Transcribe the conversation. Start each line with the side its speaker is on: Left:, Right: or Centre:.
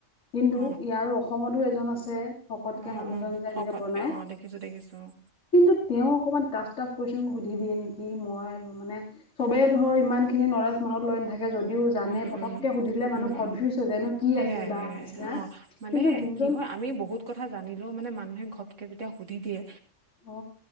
Left: কিন্তু
Right: অ',
Left: ইয়াৰ অসমতো এজন আছে। শকতকে
Right: অ',
Left: মানুহজন
Right: অ',
Left: যে,
Right: শকতকে
Left: এনেকে বনায়।
Right: অ', দেখিছোঁ দেখিছোঁ অ',
Left: কিন্তু তেওঁ অকণমান টফ-টাফ কোৱেইছন সুধি দিয়ে নেকি, মই মানে চবে ধৰ ইমান খিনি নলেজ মনত লৈ নাথাকে যদিও জানে
Right: উম,
Left: পতককে
Right: উম।
Left: সুধিলে মানুহ
Right: উম,
Left: কনফিউজ
Right: উম,
Left: হৈ যায় ন' কি
Right: সেয়াই
Left: আছিল বা
Right: সেয়াই
Left: নিচিনা
Right: অ'। মানে
Left: কিন্তু যোনজন
Right: কি হয় আমি বহুত কথা জানিলেও মানে মানুহে ঘপ কে যেতিয়া সুধি দিয়ে
Left: অ